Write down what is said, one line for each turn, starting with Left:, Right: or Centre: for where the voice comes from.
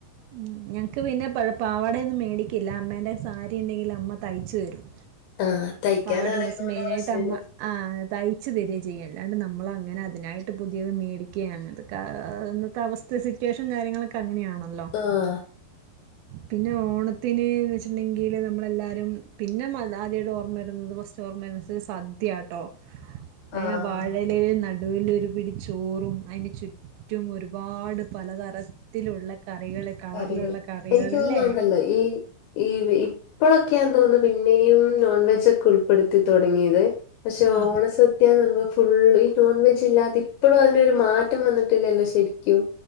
Right: ഉം ഞങ്ങക്ക് പിന്നെ പഴെ പാവാടൊയൊന്നും മേടിക്കില്ല അമ്മേന്റെ സാരി ഇണ്ടെങ്കില് അമ്മ തയ്ച്ച് തെരും
Left: ആ തയ്ക്കാൻ
Right: പാവാടിം
Left: അറിയുന്നോണ്ട്
Right: ബ്ലൗസും മെയിനായിട്ട്
Left: പ്രശ്നമില്ല
Right: അമ്മ ആഹ് തയ്ച്ച് തെരാ ചെയ്യ്ണ്ട് അല്ലാണ്ട് നമ്മളങ്ങനെ അതിനായിട്ട് പുതിയത് മേടി ക്കെ അങ്ങൻത്തൊക്കെ അഹ് അന്നത്തെ അവസ്ഥേ സിറ്റുവേഷൻ കാര്യങ്ങളൊക്കെ അങ്ങനെയാണല്ലോ
Left: ആഹ്
Right: പിന്നെ ഓണത്തിന് വെച്ച്ട്ട്ണ്ടെങ്കില് നമ്മളെല്ലാരും പിന്നെ മ ആദ്യായിട്ട് ഓർമ്മ വരുന്നത്. ഫാസ്റ്റ് ത്തെ ഓർമ്മ മനസ്സ് സദ്യാട്ടോ
Left: ആ
Right: ഏഹ് വാഴലേല് നടുവിലൊരു പിടിച്ചോറും അയ്ന് ചു റ്റും ഒരുപാട് പലതരത്തിലുള്ള കറികള് കളറിലുള്ള
Left: കറികൾ
Right: കറികള്
Left: എനിക്ക് തോന്നുന്നുണ്ടല്ലോ
Right: അല്ലേ
Left: ഈ ഈ ഹി ഇപ്പളൊക്കെയാന്ന് തോന്നുന്നു പിന്നെയും നോൺവെജൊക്കെ ഉൾപ്പെടുത്തി തൊടങ്ങിയത് പക്ഷെ
Right: ആ
Left: ഓണസ ദ്യാന്ന് പറീമ്പൊ ഫുളള് ഈ നോൺ വെജ് ഇല്ലാത്ത ഇപ്പഴു അതിനൊരു മാറ്റം വന്നിട്ടില്ലല്ലോ ശരി ക്ക്യും